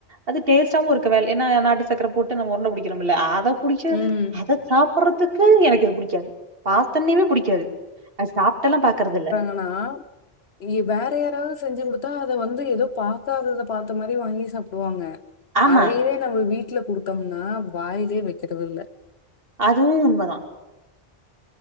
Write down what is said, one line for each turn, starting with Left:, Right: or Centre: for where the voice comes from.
Right: அது டேஸ்டாவு இருக்க வே ஏன்னா நாட்டு சக்கர போட்டு நம்ம உருண்ட புடிக்கோரோல்ல அ த புடிக்கல
Left: ம்.
Right: அத சாப்பறதுக்கு எனக்கு இது பிடிக்காது பாத்தோண்ணையுமே புடிக்காது அத சாப்ட்டு எல்லா பாக்குறது இல்ல
Left: ஆனா இங்க வேற யாராவது செஞ்சு குடுத்தா அத வந்து ஏதோ பாக்காதத பாத்தா மாரி வாங்கி சாப்டுவாங்க
Right: ஆமா
Left: அதையே நம்ம வீட்டுல குடுத்தோம்னா வாயிலே வெக்கறது இல்ல
Right: அதுவு உண்மதா